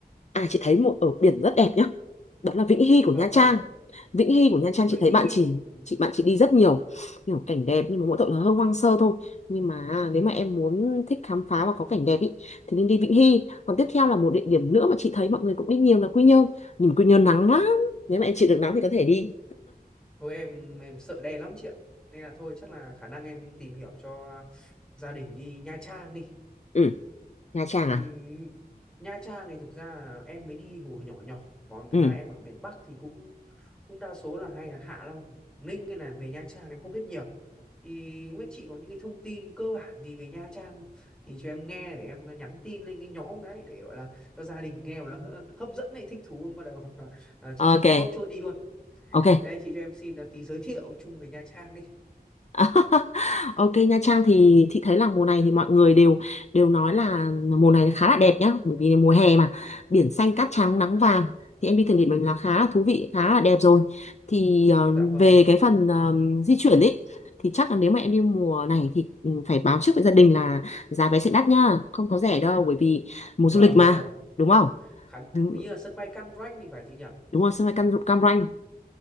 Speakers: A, on the left; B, in the centre.
A: à chị thấy một ở biển rất đẹp nhá đó là Vĩnh Hy của
B: vâng
A: Nha Trang
B: vâng
A: Vĩnh Hy của Nha Trang
B: Vĩnh
A: chị thấy
B: Hy
A: bạn chị
B: ừ,
A: chị bạn chị đi rất nhiều nhiều cảnh đẹp nhưng mà mỗi tội là hơi hoang sơ thôi nhưng mà nếu mà em muốn thích khám phá và có cảnh đẹp ý thì nên đi Vĩnh Hy còn tiếp theo là một địa điểm nữa mà chị thấy mọi người cũng đi nhiều là Quy Nhơn nhưng mà Quy Nhơn nắng lắm nếu mà em chịu được nắng thì có thể đi
B: thôi em em sợ đen lắm chị ạ nên là thôi chắc là khả năng em tìm hiểu cho gia đình đi Nha Trang đi
A: ừ Nha Trang
B: Ừm,
A: à
B: Nha Trang này thực ra là em mới đi hồi nhỏ nhỏ còn thực
A: ừ
B: ra em ở miền Bắc thì cũng cũng đa số là hay là Hạ Long Quảng Ninh nên là về Nha Trang em không biết nhiều thì không biết chị có những cái thông tin cơ bản gì về Nha Trang không thì cho em nghe để em nhắn tin lên cái nhóm đấy để gọi là cho gia đình nghe mà nó hớ- hấp dẫn này thích thú bắt đầu <laughs> à,
A: ok
B: chốt chốt đi luôn
A: ok
B: đây chị cho em xin là tí giới thiệu chung về Nha Trang đi
A: <laughs> Ok Nha Trang thì chị thấy là mùa này thì mọi người đều đều nói là mùa này khá là đẹp nhá bởi vì mùa hè mà biển xanh cát trắng nắng vàng thì em đi thử nghiệm mình là khá là thú vị khá là đẹp rồi thì ờ,
B: dạ vâng
A: về cái phần ờ, di chuyển ấy thì chắc là nếu mà em đi mùa này thì ừ, phải báo trước với gia đình là giá vé sẽ đắt nhá không có rẻ đâu bởi vì mùa
B: vâng
A: du lịch mà
B: vâng
A: đúng không
B: khán
A: đúng,
B: đi là sân bay Cam Ranh thì phải chị nhỉ
A: đúng rồi sân bay Cam, Cam Ranh
B: Dạ.